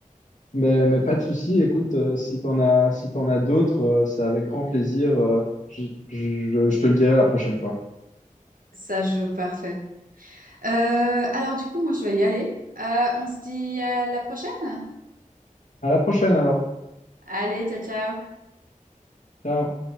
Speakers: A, on the left; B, on the right.
A: Mais, mais pas
B: Ouh,
A: de souci, écoute, euh, si t'en as, si t'en as d'autres, euh, c'est avec grand plaisir. euh, je je- je- je te le dirai la prochaine fois.
B: Ça joue parfait. Euh, alors, du coup, moi, je vais y aller. Euh, on se dit à la prochaine.
A: À la prochaine alors.
B: Allez, ciao, ciao.
A: Ciao.